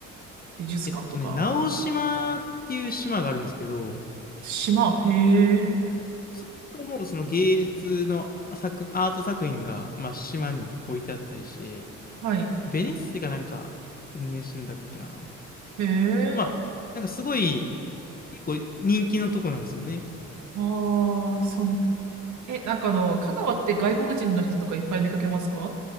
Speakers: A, on the right; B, on the left.
A: 美術館とか。
B: えっとね、直島っていう島があるんですけど、
A: 島、へえ。
B: そこもその芸術の作、アート作品が、まあ、島に置いてあったりして、
A: はい。
B: ベネッセがなんか運営してるんだっけな。
A: へえ。
B: まあ、なんかすごい、結構人気のとこなんですよね。
A: ああ、そん、え、なんかあの、香川って外国人の人とかいっぱい見かけますか